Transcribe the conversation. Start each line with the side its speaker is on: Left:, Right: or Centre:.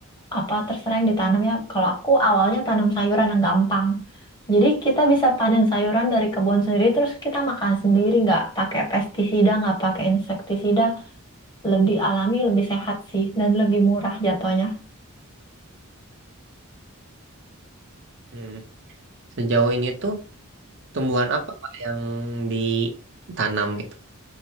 Left: apa terserah yang ditanam ya. Kalau aku awalnya tanam sayuran yang gampang. Jadi kita bisa panen sayuran dari kebun sendiri terus kita makan sendiri nggak pakai pestisida, nggak pakai insektisida. Lebih alami, lebih sehat sih dan lebih murah jatuhnya.
Right: hmm. Sejauh ini tuh tumbuhan apa Kak yang ditanam gitu?